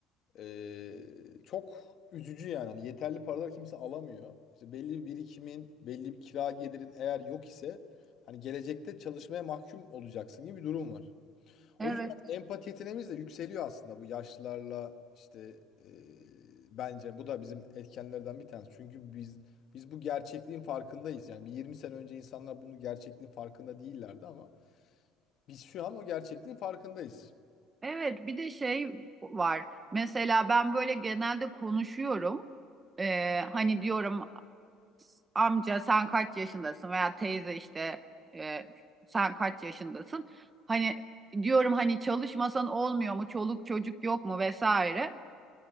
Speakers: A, on the left (about 45°); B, on the right (about 15°).
A: eee, çok üzücü yani. Hani yeterli paralar kimse alamıyor. İşte belli bir birikimin, belli bir kira gelirin eğer yok ise hani gelecekte çalışmaya mahkum olacaksın gibi bir durum var. O
B: Evet.
A: yüzden empati yeteneğimiz de yükseliyor aslında bu yaşlılarla işte e, bence bu da bizim etkenlerden bir tanesi. Çünkü biz biz bu gerçekliğin farkındayız. Yani bir 20 sene önce insanlar bunu gerçekliğin farkında değillerdi ama biz şu an o gerçekliğin farkındayız.
B: Evet, bir de şey var. Mesela ben böyle genelde konuşuyorum. Ee, hani diyorum amca sen kaç yaşındasın veya teyze işte e, sen kaç yaşındasın? Hani diyorum hani çalışmasan olmuyor mu? Çoluk çocuk yok mu vesaire.